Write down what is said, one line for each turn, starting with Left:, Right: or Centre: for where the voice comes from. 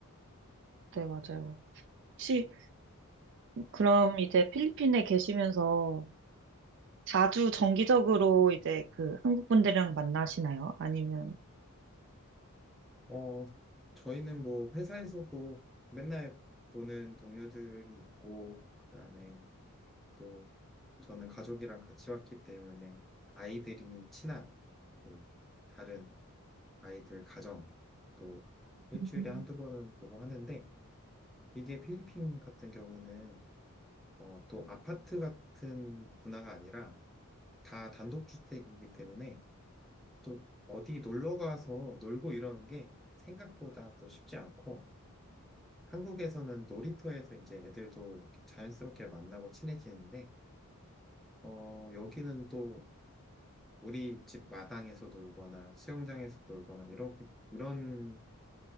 Right: 네, 맞아요. 혹시 그럼 이제 필리핀에 계시면서 자주 정기적으로 이제 그 한국 분들이랑 만나시나요? 아니면,
Centre: 어, 저희는 뭐 회사에서도 맨날 보는 동료들이 있고, 그다음에 또 저는 가족이랑 같이 왔기 때문에 아이들이 친한 그 다른 아이들 가정 또 일주일에
Right: 음.
Centre: 한두 번은 보고 하는데 이게 필리핀 같은 경우는 어, 또 아파트 같은 문화가 아니라 다 단독주택이기 때문에 또 어디 놀러 가서 놀고 이러는 게 생각보다 또 쉽지 않고 한국에서는 놀이터에서 이제 애들도 이렇게 자연스럽게 만나고 친해지는데 어, 여기는 또 우리 집 마당에서 놀거나 수영장에서 놀거나 이렇게 이런